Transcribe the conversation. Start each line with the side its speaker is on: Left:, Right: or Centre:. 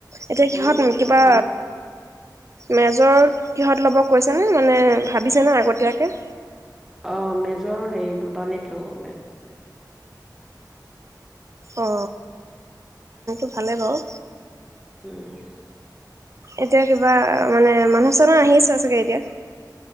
Right: এতিয়া
Centre: পৰিৱেশটো
Right: কিহঁত কিবা।
Centre: ভাল।
Right: মেজৰ কিহঁত ল'ব কৈছেনে মানে ভাবিছে নে আগতীয়াকৈ।
Centre: অ, মেজৰ হেৰি বুটানীত ল'ব বোলে।
Right: অ <unintelligible> ভালেই বাৰু
Centre: উম
Right: এতিয়া কিবা মানে মানুহ চানুহ আহি আছে চাগে এতিয়া।